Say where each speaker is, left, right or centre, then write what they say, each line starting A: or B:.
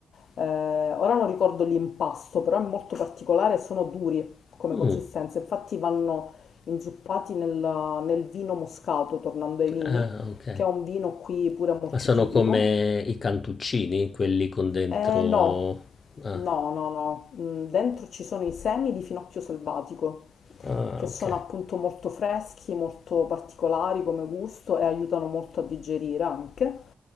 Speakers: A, on the left (about 75°); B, on the left (about 45°).
A: eh, ora non ricordo l'impasto, però è molto particolare e sono duri come
B: Mm.
A: consistenza, infatti vanno inzuppati nel, nel vino moscato, tornando ai vini,
B: Ah, ok.
A: che è un vino qui pure molto
B: Ma sono
A: tipico
B: come i cantuccini, quelli con dentro...
A: Eh, no,
B: Ah,
A: no, no, no. Mm, Dentro ci sono i semi di finocchio selvatico,
B: ah,
A: che
B: ok.
A: sono appunto molto freschi, molto particolari come gusto e aiutano molto a digerire anche.